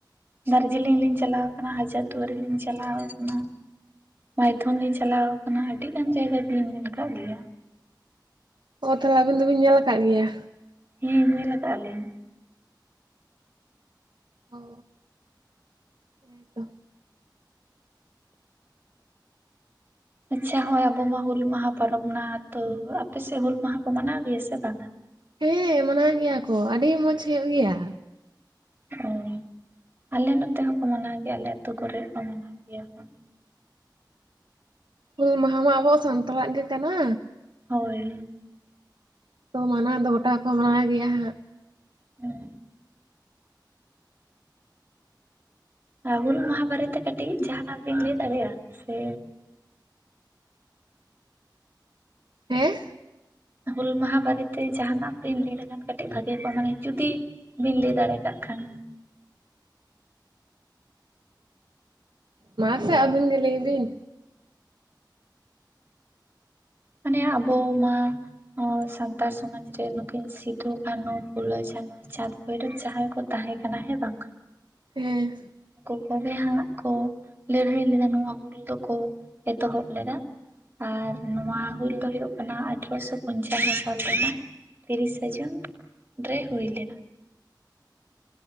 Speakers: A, on the right; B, on the right.
A: ᱫᱟᱨᱡᱤᱞᱤᱝ ᱞᱤᱧ ᱪᱟᱞᱟᱣ ᱟᱠᱟᱱᱟ ᱦᱟᱡᱟᱨ ᱫᱩᱣᱟᱹᱨᱤ ᱞᱤᱧ ᱪᱟᱞᱟᱣ ᱟᱠᱟᱱᱟ᱾ ᱢᱟᱭᱛᱷᱚᱱ ᱞᱤᱧ ᱪᱟᱞᱟᱣ ᱟᱠᱟᱱᱟ ᱟᱹᱰᱤ ᱜᱟᱱ ᱡᱟᱭᱜᱟ ᱜᱮ ᱞᱤᱧ ᱧᱮᱞ ᱟᱠᱟᱫ ᱜᱮᱭᱟ᱾
B: ᱚ ᱛᱟᱦᱚᱞᱮ ᱟᱵᱤᱱ ᱫᱚ ᱵᱤᱱ ᱧᱮᱞ ᱟᱠᱟᱫ ᱜᱮᱭᱟ᱾
A: ᱦᱮᱸ ᱧᱮᱞ ᱟᱠᱟᱜ-ᱟ ᱞᱤᱧ᱾
B: ᱚ ᱦᱮᱸ ᱛᱚ᱾
A: ᱟᱪᱪᱷᱟ ᱦᱳᱭ ᱟᱵᱚ ᱢᱟ ᱦᱩᱞ ᱢᱟᱦᱟᱸ ᱯᱟᱨᱚᱵᱢ ᱱᱟ ᱛᱚ ᱟᱯᱮ ᱥᱮᱫ ᱦᱩᱞ ᱢᱟᱦᱟᱸ ᱠᱚ ᱢᱟᱱᱟᱣ ᱜᱮᱭᱟ ᱥᱮ ᱵᱟᱝ-ᱟ᱾
B: ᱦᱮᱸ ᱢᱟᱱᱟᱣ ᱜᱮᱭᱟ ᱠᱚ ᱟᱰᱤ ᱢᱚᱸᱡᱽ ᱦᱩᱭᱩᱜ ᱜᱮᱭᱟ᱾
A: ᱚᱸ ᱟᱞᱮ ᱱᱚᱛᱮ ᱦᱚᱸᱠᱚ ᱢᱟᱱᱟᱣ ᱜᱮᱭᱟ ᱟᱞᱮ ᱟᱹᱛᱩ ᱠᱚᱨᱮ ᱠᱚ ᱢᱟᱱᱟᱣ ᱜᱮᱭᱟ ᱦᱟᱜᱸ᱾
B: ᱦᱩᱞ ᱢᱟᱦᱟᱸ ᱢᱟ ᱟᱵᱚᱣᱟᱜ ᱥᱟᱱᱛᱟᱞᱟᱜ ᱜᱮ ᱠᱟᱱᱟ᱾
A: ᱦᱳᱭ᱾
B: ᱛᱚ ᱢᱟᱱᱟᱣ ᱫᱚ ᱜᱚᱴᱟ ᱠᱚ ᱢᱟᱱᱟᱣ ᱜᱮᱭᱟ ᱦᱟᱸᱜ᱾
A: ᱦᱮᱸ᱾ ᱟᱵᱤᱱ ᱦᱩᱞ ᱢᱟᱦᱟ ᱵᱟᱨᱮ ᱛᱮ ᱠᱟᱹᱴᱤᱡ ᱡᱟᱸᱦᱟᱱᱟᱜ ᱵᱤᱱ ᱞᱟᱹᱭ ᱫᱟᱲᱮᱭᱟᱜ-ᱟ ᱥᱮᱼᱼ
B: ᱮᱸ᱾
A: ᱦᱩᱞ ᱢᱟᱦᱟᱸ ᱵᱟᱨᱮᱛᱮ ᱡᱟᱦᱟᱱᱟᱜ ᱵᱤᱱ ᱞᱟᱹᱭ ᱞᱮᱠᱷᱟᱱ ᱠᱟᱹᱴᱤᱡ ᱵᱷᱟᱜᱮ ᱠᱚᱜ-ᱟ ᱢᱟᱱᱮ ᱡᱩᱫᱤ ᱵᱤᱱ ᱞᱟᱹᱭ ᱫᱟᱲᱮ ᱠᱟᱜ ᱠᱷᱟᱱ᱾
B: ᱢᱟᱥᱮ ᱟᱹᱵᱤᱱ ᱜᱮ ᱞᱟᱹᱭ ᱵᱤᱱ᱾
A: ᱢᱟᱱᱮ ᱟᱵᱚ ᱢᱟ- ᱚ ᱥᱟᱱᱛᱟᱲ ᱥᱚᱢᱟᱡᱽ ᱨᱮ ᱱᱩᱠᱤᱱ ᱥᱤᱫᱩ ᱠᱟᱹᱱᱩ ᱯᱷᱩᱞᱳ ᱡᱷᱟᱱᱳ ᱪᱟᱸᱫᱽ ᱵᱷᱳᱭᱨᱳᱵ ᱡᱟᱦᱟᱸᱭ ᱠᱚ- ᱛᱟᱦᱮᱸ ᱠᱟᱱᱟ ᱦᱮᱸ ᱵᱟᱝ᱾
B: ᱦᱮᱸ᱾
A: ᱩᱠᱩ ᱠᱚ ᱜᱮ ᱦᱟᱸᱜ ᱠᱚ ᱞᱟᱹᱲᱦᱟᱹᱭ ᱞᱮᱱᱟ ᱱᱚᱣᱟ ᱦᱩᱞ ᱫᱚ ᱠᱚ ᱮᱛᱚᱦᱚᱵ ᱞᱮᱫᱟ᱾ ᱟᱨ ᱱᱚᱣᱟ ᱦᱩᱞ ᱫᱚ ᱦᱩᱭᱩᱜ ᱠᱟᱱᱟ ᱟᱴᱷᱨᱚᱥᱚ ᱯᱚᱧᱪᱟᱱᱱᱚ ᱥᱟᱞ ᱨᱮᱱᱟᱜ᱾ ᱛᱤᱨᱤᱥᱮ ᱡᱩᱱ ᱨᱮ ᱦᱩᱭ ᱞᱮᱱᱟ᱾